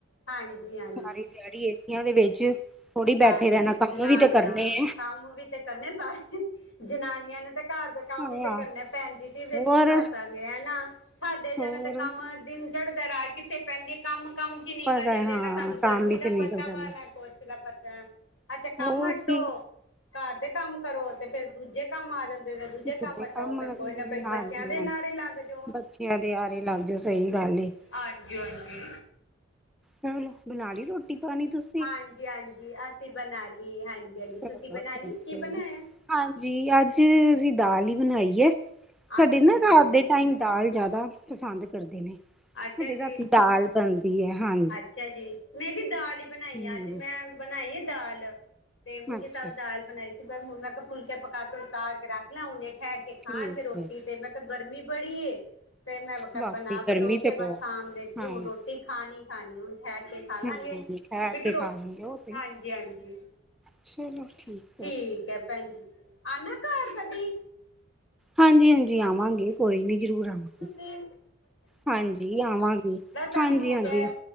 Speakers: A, on the left (about 80°); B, in the centre.
A: ਹਾਂਜੀ ਹਾਂ।
B: ਸਾਰੀ ਦਿਹਾੜੀ ਰੇਤੀਆਂ ਦੇ ਵਿੱਚ।
A: ਹਾਂਜੀ
B: ਬੈਠੇ ਰਹਿਣਾ ਕੰਮ
A: ਨਾ-ਨਾ,
B: ਵੀ ਤੇ ਕਰਨੇ ਹੈ
A: ਕੰਮ ਵੀ ਤੇ ਕਰਨੇ ਸਾਰੇ ਜਨਾਨੀਆਂ ਨੇ ਤ- ਘਰ ਦੇ ਕੰਮ
B: ਹਾਂ
A: ਵੀ ਤੇ ਕਰਨੇ ਭੈਣ ਜੀ-ਜੀ ਫੇਰ
B: ਹੋਰ
A: ਕੀ ਕਰ ਸਕ- ਨੇ ਹੈ ਨਾ, ਸਾਡੇ
B: ਹੋਰ
A: ਤਾਂ ਕੰਮ ਦਿਨ ਚੜਦੇ ਰਾਤ ਕਿੱਥੇ - ਪੈਂਦੀ ਐ ਕੰਮ- ਕੰਮ ਚ ਨਿਕਲ
B: ਪਤਾ
A: ਜਾਂਦੇ
B: ਹਾਂ
A: ਆ ਨਾ ਸਾਨੂੰ ਗਰਮੀ
B: ਕੰਮ ਵਿੱਚ
A: ਦਾ
B: ਨਿਕਲ
A: ਪਤਾ
B: ਜਾਂਦੇ
A: ਵਾ ਨਾ ਕੁਛ ਦਾ ਪਤਾ। ਅੱਛਾ ਕੰਮ
B: ਹੋਰ
A: ਹਟੋ
B: ਕੀ
A: ਘਰ ਦੇ ਕੰਮ ਕਰੋ ਫੇਰ ਦੂਜੇ- ਕੰਮ ਆ ਜਾਂਦੇ ਜੇ ਦੂਜੇ
B: ਸਿੱਧੇ
A: ਕਾਮ ਹਟੋ
B: ਕੰਮ ਆ
A: ਫੇਰ
B: ਜਾਂਦੇ
A: ਕੋਈ ਨਾ
B: ਨੇ
A: ਕੋਈ
B: ਹਾਂਜੀ
A: ਬੱਚਿਆਂ ਦੇ
B: ਹਾਂ
A: ਨਾਲ ਈ ਲੱਗ ਜਾਓ।
B: ਬੱਚਿਆਂ ਦੇ ਆਹਰੇ ਲੱਗ ਜਾਓ, ਸਹੀ ਗੱਲ ਹੈ।
A: ਹਾਂਜੀ- ਹਾਂਜੀ।
B: ਚਲੋ ਬਣਾ ਲਈ ਰੋਟੀ ਪਾਣੀ ਤੁਸੀ?
A: ਹਾਂਜੀ- ਹਾਂਜੀ ਅਸੀਂ ਬਣਾ ਲਈ ਹਾਂਜੀ-ਹਾਂਜੀ
B: ਚਲੋ
A: ਤੁਸੀਂ ਬਣਾ
B: ਠੀਕ
A: ਲਈ? ਕੀ
B: ਹੈ
A: ਬਣਾਇਆ?
B: ਜੀ। ਹਾਂਜੀ ਅੱਜ ਅਸੀਂ ਦਾਲ ਹੀ ਬਣਾਈ ਹੈ। ਸਾਡੇ
A: ਅੱਛਾ
B: ਨਾ ਰਾਤ
A: ਜੀ
B: ਦੀ - ਤਾਂ ਹੀ ਦਾਲ ਜਿਆਦਾ ਪਸੰਦ ਕਰਦੇ ਨੇ ਸਾਡੇ
A: ਅੱਛਾ ਜੀ
B: ਰਾਤੀ ਦਾਲ ਬਣਦੀ ਹੈ, ਹਾਂ।
A: ਅੱਛਾ ਜੀ ਮੈਂ ਵੀ ਦਾਲ ਹੀ ਬਣਾਈ
B: ਹਮ
A: ਆ ਅੱਜ, ਮੈਂ ਬਣਾਈ ਆ ਦਾਲ। ਤੇ ਮੂੰਗੀ
B: ਅੱਛਾ
A: ਸਾਬਤ ਦਾਲ ਬਣਾਈ ਸੀ ਪਰ ਹੁਣ ਮੈਂ ਕ ਫੁਲਕੇ ਪਕਾ ਕੇ ਉਤਾਰ ਕੇ ਰੱਖ ਲਾ ਉਹਨੇ ਠਹਿਰ - ਕੇ ਖਾਣਗੇ
B: ਠੀਕ
A: ਰੋਟੀ
B: ਹੈ।
A: ਤੇ ਮੈਂ ਕਿਹਾ ਗਰਮੀ ਬੜੀ ਐ। ਤੇ ਮੈਂ ਕ
B: ਬਾਕੀ
A: ਬਣਾ ਬਨੂੰ
B: ਗਰਮੀ ਤੇ
A: ਕੇ
B: ਬਹੁਤ
A: ਬਸ ਸਾਭ ਲੈਤੀ
B: ਹਾਂਜੀ
A: ਹੂੰ, ਰੋਟੀ ਖਾਣੀ- ਖਾਣੀ ਹੂਨ ਠਹਿਰ ਕੇ। ਖਾ ਲਾਂਗੇ
B: ਹਮ ਠਹਿਰ
A: ਮਿੱਠੂ
B: ਕੇ
A: ਰੋ
B: ਖਾ ਲਾਂਗੇ ਉਹ ਤੇ
A: ਹਾਂਜੀ- ਹਾਂਜੀ।
B: ਚਲੋ ਠੀਕ।
A: ਠੀਕ ਹੈ ਭੈਣ ਜੀ ਆਣਾ ਘਰ ਕਦੀ।
B: ਹਾਂਜੀ- ਹਾਂਜੀ ਆਵਾਂਗੇ ਕੋਈ ਨੀ ਜ਼ਰੂਰ ਆਵਾਂਗੇ।
A: ਫਿਰ।
B: ਹਾਂਜੀ ਆਵਾਂਗੀ
A: ਟਾਈਮ
B: ਹਾਂਜੀ-
A: ਹੋ
B: ਹਾਂਜੀ।
A: ਗਿਆ